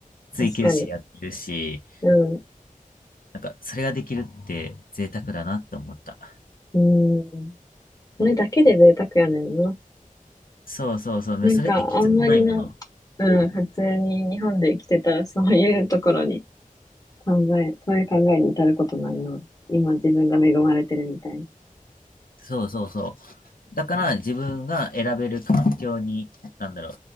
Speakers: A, on the left; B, on the left.
A: 追求してやってるし、
B: 確かに。うん、
A: なんかそれができるって贅沢だなって思った。
B: うん。それだけで贅沢やねんな。
A: そうそうそう、
B: なんか、
A: それって気づかないもの。
B: あんまりな、うん、
A: うん。
B: 普通に日本で生きてたらそういうところに考え、そういう考えに至ることないな。今自分が恵まれてるみたいな。
A: そうそうそう。だから自分が選べる環境に、なんだろう、